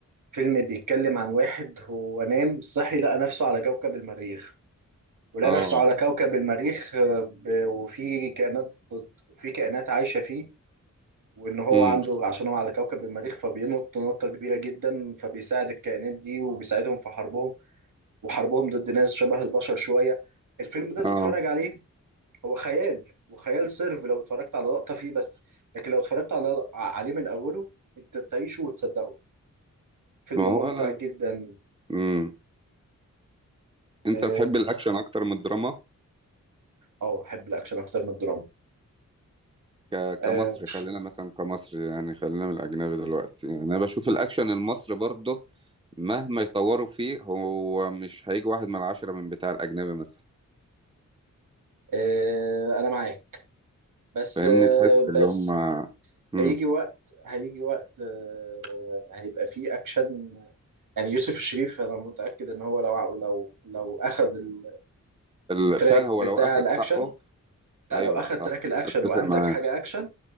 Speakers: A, on the right; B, on the right.
A: فيلم بيتكلم عن واحد هو نام صحي لقى نفسه على كوكب المريخ ولقى
B: اه
A: نفسه على كوكب المريخ آه، ب- وفي كائنات بت- وفي كائنات عايشة فيه وإن هو
B: امم
A: عنده عشان هو على كوكب المريخ فبينط نطة كبيرة جدا فبيساعد الكائنات دي وبيساعدهم في حربهم وحربهم ضد ناس شبه البشر شوية الفيلم ده تتفرج
B: اه
A: عليه هو خيال وخيال سيرف لو اتفرجت على لقطة فيه بس لكن لو اتفرجت على عليه من أوله أنت تعيشه وتصدقه فيلم
B: ما
A: ممتع
B: هو انا
A: جدا
B: امم
A: اه
B: انت تحب الاكشن اكتر من الدراما
A: آه، أحب الأكشن أكتر من الدراما
B: ك...
A: اه
B: كمصري خلينا مثلا كمصري يعني خلينا من الأجنبي دلوقتي يعني أنا بشوف الأكشن المصري برضه مهما يطوروا فيه هو مش هيجي واحد من العشرة من بتاع الأجنبي مثلا
A: آه، أنا معاك بس
B: فاهمني
A: آه،
B: تحس اللي
A: بس
B: هم مم.
A: هيجي وقت هيجي وقت آه، هيبقى فيه اكشن يعني يوسف الشريف انا متاكد ان هو لو لو لو اخذ ال-
B: ال-
A: التراك
B: فعلا هو
A: بتاع
B: لو أخد
A: الاكشن
B: حقه
A: لا
B: أيوه
A: لو اخذ
B: صح
A: تراك الاكشن
B: أتفق
A: وانتج
B: معاك
A: حاجه اكشن